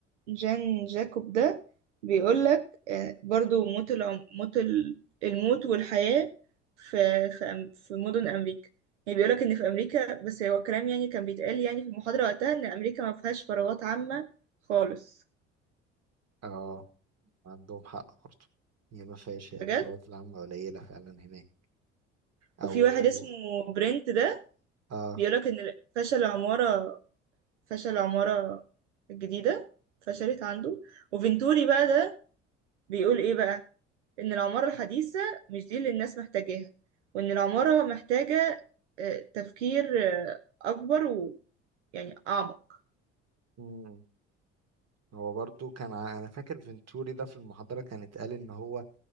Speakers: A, on the right; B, on the right.
A: جان جاكوب ده بيقولك آه، برضو موت العم... موت ال- الموت والحياة في في, أم... في مدن أمريكا يعني بيقولك إن في أمريكا بس هو كلام يعني كان بيتقال يعني في المحاضرة وقتها إن أمريكا ما فيهاش فراغات عامة خالص
B: اه عندهم حق برضه هي ما فيهاش هي
A: بجد
B: الفروقات العامة قليلة فعلا هناك أو
A: وفي واحد اسمه برنت ده
B: اه
A: بيقولك إن ال- فشل العمارة فشل العمارة الجديدة فشلت عنده وفينتوري بقى ده بيقول ايه بقى ان العمارة الحديثة مش دي اللي الناس محتاجاها وان العمارة محتاجة آه، تفكير آه، اكبر ويعني اعمق
B: مم. هو برضو كان ع- انا فاكر فينتوري ده في المحاضرة كان اتقال ان هو